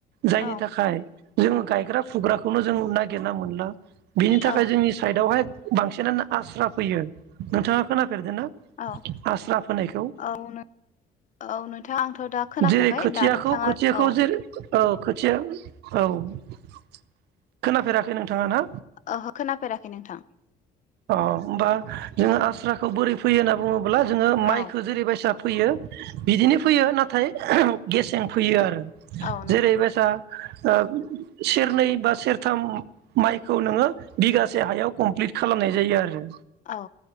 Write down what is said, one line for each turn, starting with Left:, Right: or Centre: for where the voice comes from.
Right: जायनि
Left: औ
Right: थाखाय जोङो गायग्रा फुग्राखौनो जों नागिरना मोनला । बिनि थाखाय
Left: औ
Right: जोंनि साइदआवहाय बांसिनानो आस्रा फैयो नोंथाङा खोना फेरदोना
Left: औ
Right: आस्रा फोनायखौ?
Left: औ नों औ नोंथां आंथ' दा खोनाफैयाखै
Right: जेरै खोथियाखौ
Left: दा नोंथाङा
Right: खोथियाखौ
Left: औ
Right: जेरै औ खोथिया औ । खोनाफेराखै नोंथाङा ना?
Left: ओहो खोनाफेराखै नोंथां ।
Right: अ'होमबा जोङो आस्राखौ बोरै फैयो होनना बुङो ब्ला जोङो माइखो
Left: औ
Right: जेरैबायसा फैयो बिदिनो फैयो नाथाय गेसें फैयो आरो।
Left: औ नंगौ
Right: जेरै बायसा ओ सेरनै बा सेरथाम माइखौ नोङो बिगासे हायाव कमप्लिट खालामनाय जायो आरो।
Left: औ